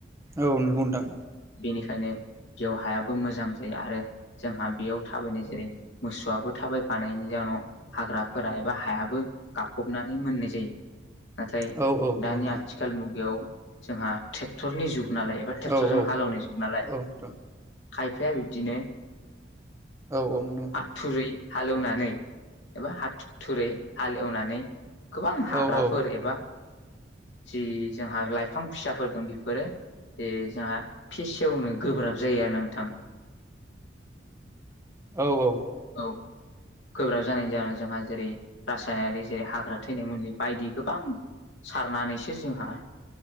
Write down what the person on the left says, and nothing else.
बेनिखायनो बेउ हायाबो मोजां जायो आरो जोंहा बेयाव थाबायनाय जेरै मोसौआबो थाबायफानायनि जाउनाव हाग्राफोरा एबा हायाबो गाबबनानै मोननाय जायो नाथाय
दानि
आ आथिखाल मुगायाव जोंहा ट्रेक्टरनि जुग नालाय एबा ट्रेक्टरजों
हालौनाय जुग नालाय
खायफाया बिब्दिनो
आथुरै हालेवनानै एबा हाथ थुरै हालेवनानै गोबां हाग्राफोर
एबा जि जोंहा लाइफां फिसाफोर दं बेफोरो जे जोंहा फिसेवनो गोब्राब जायो न थां
औ गोब्राब जानायनि जाहोनाव जोंहा जेरै रासायनारि जेरै हाग्रा थैनाय मुलि बायदि गोबां सारनानैसो जोंहा